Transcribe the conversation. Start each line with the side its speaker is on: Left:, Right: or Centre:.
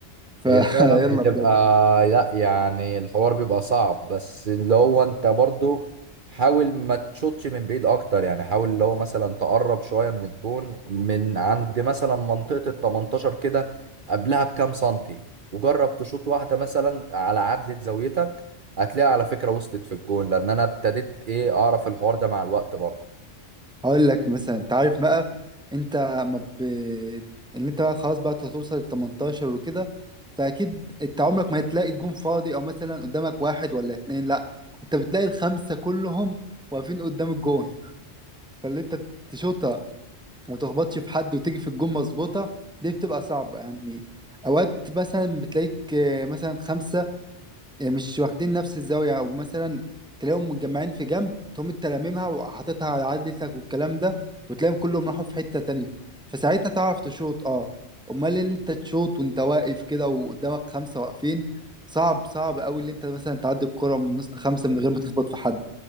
Centre: فيلا
Right: هي فعلا بتبقى
Centre: <laughs>
Right: لا يعني الحوار بيبقى صعب بس اللي هو انت برضو حاول ما تشوطش من بعيد اكتر يعني حاول اللي هو مثلا تقرب شوية من الجون من عند مثلا منطقة ال 18 كده قبلها بكام سنتي وجرب تشوط واحدة مثلا على عدلة زاويتك هتلاقيها على فكرة وصلت في الجون لان انا ابتديت ايه اعرف الحوار ده مع الوقت برضو
Centre: هقول لك مثلا انت عارف بقى انت ما ب... ان انت بقى خلاص بقى هتوصل ل 18 وكده فاكيد انت عمرك ما هتلاقي الجون فاضي او مثلا قدامك واحد ولا اتنين لا انت بتلاقي الخمسه كلهم واقفين قدام الجون فاللي انت تشوطها وما تخبطش في حد وتيجي في الجون مظبوطه دي بتبقى صعبه يعني اوقات مثلا بتلاقيك آه، مثلا خمسه يعني مش واخدين نفس الزاوية أو مثلا تلاقيهم متجمعين في جنب تقوم انت لاممها وحاططها على عدلتك والكلام ده وتلاقيهم كلهم راحوا في حتة تانية فساعتها تعرف تشوط اه أمال إيه اللي انت تشوط وانت واقف كده وقدامك خمسة واقفين صعب صعب قوي اللي انت مثلا تعدي الكرة من نص خمسة من غير ما تخبط في حد